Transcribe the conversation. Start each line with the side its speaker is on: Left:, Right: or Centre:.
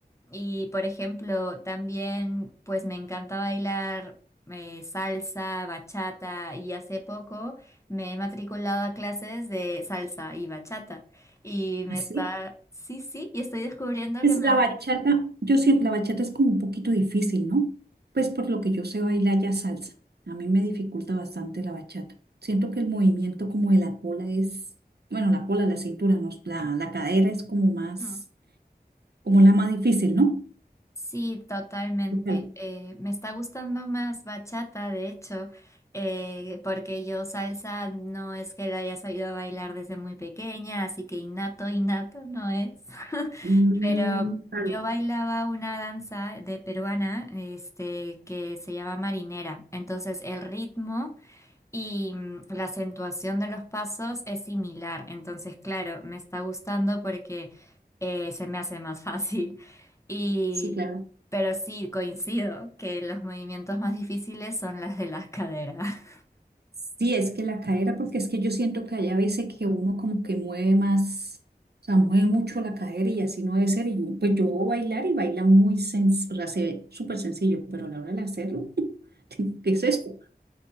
Left: Y por ejemplo, también pues me encanta bailar eh, salsa, bachata y hace poco me he matriculado a clases de salsa y bachata y me
Right: Así
Left: está, sí, sí, y estoy descubriendo
Right: es
Left: que me
Right: la bachata. Yo siento la bachata es como un poquito difícil, ¿no? Pues por lo que yo sé bailar ya salsa. A mí me dificulta bastante la bachata. Siento que el movimiento como de la cola es, bueno, la cola, la cintura, no, la, la cadera es como más,
Left: gusta.
Right: como la más difícil, ¿no?
Left: Sí, totalmente.
Right: Claro.
Left: Eh, me está gustando más bachata, de hecho, eh, porque yo salsa no es que la haya sabido bailar desde muy pequeña, así que innato, innato no es.
Right: Mm,
Left: Pero
Right: claro,
Left: yo bailaba una danza de peruana, este, que se llama marinera. Entonces el ritmo y mm, la acentuación de los pasos es similar. Entonces, claro, me está gustando porque eh, se me hace más <laughs> fácil. Y,
Right: sí, claro.
Left: pero sí, coincido que los movimientos más difíciles son las de las caderas. <laughs>
Right: Sí, es que la cadera, porque es que yo siento que hay a veces que uno como que mueve más, o sea, mueve mucho la cadera y así no debe ser. Y yo, pues yo voy a bailar y baila muy sencillo, o sea, se ve súper sencillo, pero a la hora de hacerlo, <laughs> digo, ¿qué es esto?